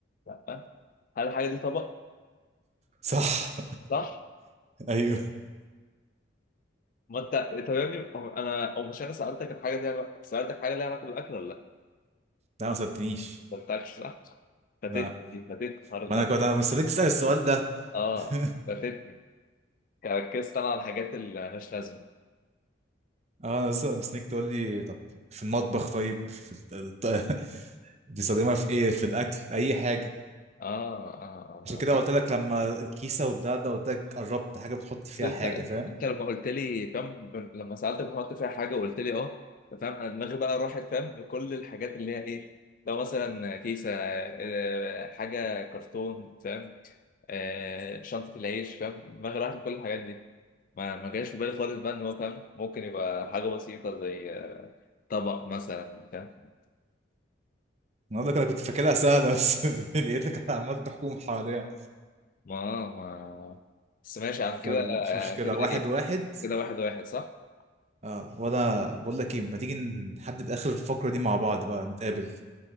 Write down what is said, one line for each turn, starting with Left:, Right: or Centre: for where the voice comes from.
Left: لأ هل الحاجة دي طبق؟
Right: صح
Left: صح؟
Right: <laughs> ايوه
Left: ما أنت طب يا ابني أو- أنا أو مش أنا سألتك الحاجة دي عل- سألتك حاجة ليها علاقة بالأكل ولا لأ؟
Right: لا ما سألتنيش
Left: ما أنتكش صح؟ فاتتني
Right: لا
Left: دي فاتتني حوار الأكل
Right: ما انا كنت انا مستنيك تسأل السؤال ده
Left: آه
Right: <laughs>
Left: فاتتني ركزت أنا على الحاجات اللي مالهاش لازمة
Right: اه انا لسه مستنيك تقول لي طب في المطبخ طيب في الت- الت- <laughs> بتستخدمها في ايه في الاكل اي حاجة
Left: آه آه
Right: عشان
Left: آه
Right: كده
Left: آه.
Right: قلت لك لما الكيسة وبتاع ده قلت لك قربت حاجة بتحط فيها
Left: بس انت
Right: حاجة فاهم
Left: انت لما قلت لي فاهم لما سالتك بحط فيها حاجه وقلت لي اه فاهم انا دماغي بقى راحت فاهم لكل الحاجات اللي هي ايه لو مثلا كيسه آه، حاجه كرتون فاهم آه، شنطه العيش فاهم دماغي راحت لكل الحاجات دي ما ما جاش في بالي خالص بقى ان هو فاهم ممكن يبقى حاجه بسيطه زي طبق مثلا فاهم
Right: النهارده كده كنت فاكرها سهلة بس <laughs> لقيتك عمال تحوم حواليها
Left: ما ما بس ماشي يا عم كده
Right: يلا مش
Left: آه،
Right: مشكلة
Left: كده
Right: واحد
Left: ايه
Right: واحد
Left: كده واحد واحد صح
Right: اه وانا بقول لك ايه ما تيجي نحدد اخر الفقرة دي مع بعض بقى نتقابل